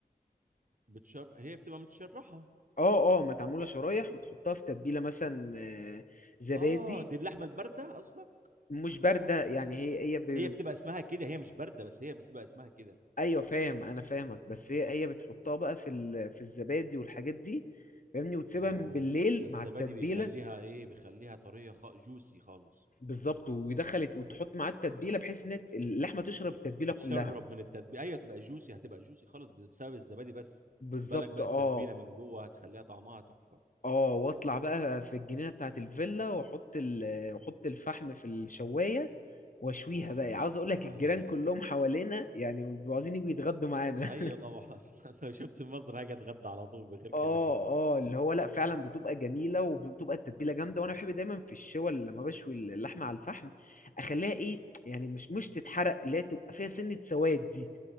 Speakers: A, on the right; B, on the left.
A: بتشر هي بتبقى متشرحه
B: اه اه متعموله شرايح وتحطها في تتبيله مثلا آه، زبادي
A: اه دي اللحمه البارده قصدك
B: مش بارده يعني هي هي ب...
A: هي بتبقى اسمها كده هي مش بارده بس هي بتبقى اسمها كده
B: ايوه فاهم انا فاهمك بس هي هي بتحطها بقى في ال... في الزبادي والحاجات دي فاهمني وتسيبها
A: اوه
B: من بالليل
A: ده الزبادي
B: مع التتبيله
A: بيخليها ايه بيخليها طريه خ... جوسي خالص
B: بالظبط ويدخل وتحط معاه التتبيله بحيث ان اللحمه تشرب التتبيله
A: تتشرب
B: كلها
A: من التتبيله ايوه تبقى جوسي هتبقى جوسي خالص بسبب الزبادي بس
B: بالظبط
A: ما بالك بقى
B: اه
A: التتبيله من جوه هتخليها طعمها تحفه
B: اه واطلع بقى في الجنينه بتاعه الفيلا واحط ال- واحط الفحم في الشوايه واشويها
A: اوه
B: بقى عاوز اقول لك الجيران
A: عالمي
B: كلهم حوالينا يعني بيبقوا عايزين يجوا يتغدوا معانا
A: ايوه طبعا <laughs> انا لو شفت المنظر هاجي اتغدى على طول
B: <laughs>
A: بغير
B: اه
A: كلام
B: اه اللي هو لا فعلا بتبقى جميله وبتبقى التتبيله جامده وانا بحب دايما في الشوى اللي لما بشوي اللحمه على الفحم اخليها ايه يعني مش مش تتحرق اللي هي تبقى فيها سنه سواد دي